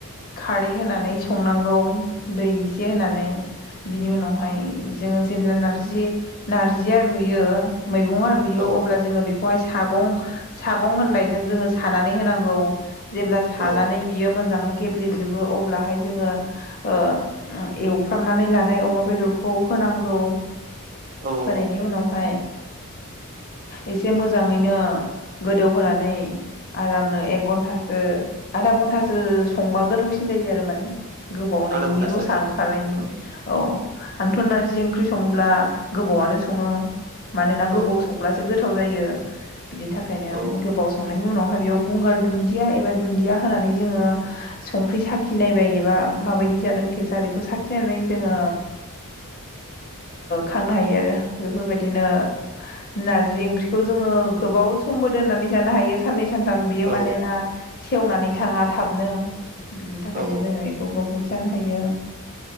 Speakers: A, on the left (about 40°); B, on the right (about 35°).
A: खारै होनानै संनांगौ दै इसे होनानै बिनि उनावहाय। जों जेब्ला रुयो मैगं रुयो
B: औ
A: अब्ला जों बिखौहाय सागं सागं होननायजों जोङो सानानै होनांगौ। जेब्ला सानानै
B: औ
A: बियो मोजाङै गेब्लेजोबोअब्लाहाय जोङो ओ एवफ्रामनानै लानाय अमा बेदरखौ खौ होनांगौ
B: औ
A: होनायनि उनावहाय एसे मोजाङैनो गोदौहोनानै आरामनो एक घन्टासो आधा घन्टासो संबा गोथावसिन जायो आरो माने। गोबावनो
B: आधा
A: इनि
B: घन्टासो
A: रसा ओंखारनायनि
B: औ
A: औ। आंथ' नारजि ओंख्रि सङोब्ला गोबावनो सङो मानोना गोबाव
B: औ
A: संब्लासो गोथा गोथाव जायो बिनि थाखायनो
B: औ
A: गोबाव संनायनि उनाव गंगार दुन्दिया एबा दुन्दिया होनानै जोङो संख्रि साखि नायबाय एबा मा बायदि। बिदि जादों थेसा बेखौ साखिनानै जोङो। खांनो हायो आरो बेफोर बायदिनो। नारजि ओंख्रिखौ जोङो गोबाव समबो दोननानै जानो हायो साननै। सानथाम बियो
B: औ
A: मानोना सेवनानै थाङा थाबनो बिनि थाखायनो
B: औ
A: जोङो एखौ। जानो हायो।